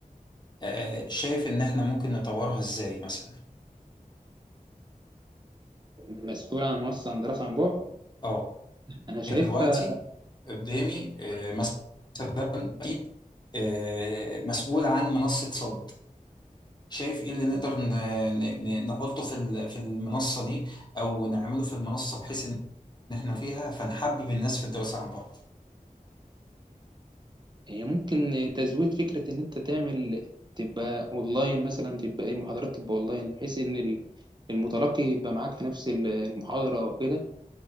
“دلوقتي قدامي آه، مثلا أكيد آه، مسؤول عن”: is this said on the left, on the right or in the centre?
Left